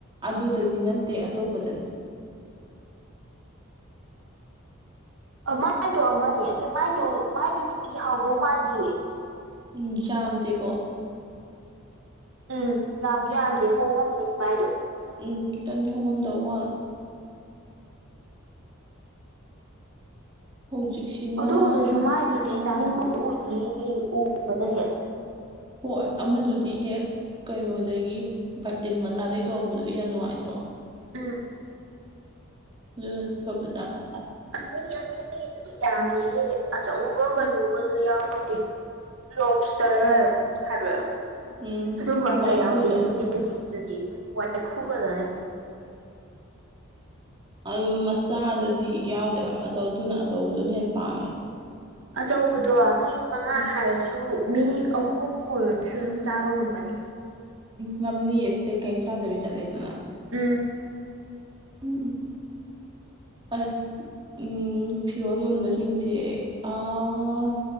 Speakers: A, on the right; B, on the right.
A: ꯑꯗꯨꯗꯗꯤ ꯅꯠꯇꯦ ꯑꯇꯣꯞꯄꯗꯅꯤ
B: ꯑꯃꯥꯗꯣ ꯑꯃꯅꯦ ꯑꯗꯨ ꯃꯥꯏꯗꯣ ꯃꯥꯏꯗꯨꯗꯤ ꯍꯥꯎꯗꯧ ꯃꯥꯥꯟꯗꯤꯌꯦ
A: ꯎꯝ ꯌꯥꯝꯗꯦꯀꯣ
B: ꯎꯝ ꯌꯥꯝꯖꯨ ꯌꯥꯝꯗꯦ ꯍꯣꯡꯉꯝꯅꯤ ꯃꯥꯏꯗꯣ
A: ꯎꯝ ꯈꯤꯇꯪꯗꯤ ꯍꯣꯡꯉꯝꯗꯧ ꯃꯥꯟ ꯍꯧꯖꯤꯛꯁꯤꯅ
B: ꯑꯗꯨꯑꯣꯏꯔꯁꯨ ꯃꯥꯏꯗꯨꯗꯤ
A: ꯎꯝ
B: ꯆꯥꯅꯤꯡꯕ ꯑꯣꯏꯗꯤꯌꯦ ꯌꯦꯡ ꯎꯕꯗ ꯍꯦꯛ
A: ꯍꯣꯏ ꯑꯃꯗꯨꯗꯤ ꯍꯦꯛ ꯀꯩꯅꯣꯗꯒꯤ ꯕꯥꯔꯇꯤꯟ ꯃꯆꯥꯗꯒꯤ ꯇꯧꯍꯧꯕꯗꯨꯗꯤ ꯌꯥꯝ ꯅꯨꯡꯉꯥꯏꯇ꯭ꯔꯣ
B: ꯎꯝ
A: ꯑꯗꯨꯅꯗꯤ
B: <unintelligible>
A: ꯐꯕꯖꯥꯠꯅꯤ
B: ꯑꯁ ꯃꯤ ꯑꯅꯤꯒꯤꯗꯨꯗꯤ ꯌꯥꯝꯗꯦꯍꯦ ꯑꯆꯧꯕ ꯀꯩꯅꯣꯒꯗꯣ ꯌꯥꯎꯗꯦ ꯂꯣꯞꯁꯇꯔ ꯍꯥꯏꯕꯔꯥ
A: ꯎꯝ
B: ꯑꯗꯨꯒ ꯑꯝꯇ
A: ꯋꯥꯏꯈꯨꯗꯣ
B: ꯌꯥꯎꯗꯦ ꯃꯤ ꯑꯅꯤꯒꯤꯗꯨꯗꯤꯎꯝ ꯋꯥꯏꯈꯨ ꯈꯠꯇꯥꯅꯦ
A: ꯑꯗꯨꯝ ꯃꯆꯥꯗꯗꯤ ꯌꯥꯎꯗꯦ ꯍꯥꯏꯕ ꯑꯗꯨꯅ ꯑꯆꯧꯕꯗꯨꯅ ꯍꯦꯟꯅ ꯄꯥꯝꯃꯦꯕ
B: ꯑꯆꯧꯕꯗꯣ ꯃꯤ ꯃꯉꯥ
A: ꯎꯝ
B: ꯍꯥꯏꯔꯁꯨ ꯃꯤ ꯑꯍꯨꯝ ꯑꯣꯏꯔꯁꯨ ꯑꯗꯨꯝ ꯆꯥꯕ ꯉꯝꯒꯅꯤ
A: ꯉꯝꯅꯤꯌꯦ ꯁꯤꯗꯩ ꯀꯩꯝ ꯆꯥꯗꯕꯤ ꯆꯠꯂꯦꯗꯅ
B: ꯎꯝ
A: ꯎꯝ ꯑꯁ ꯎꯝ ꯐꯤꯔꯣꯜ ꯌꯣꯟꯕꯁꯤꯡꯁꯦ ꯑꯥ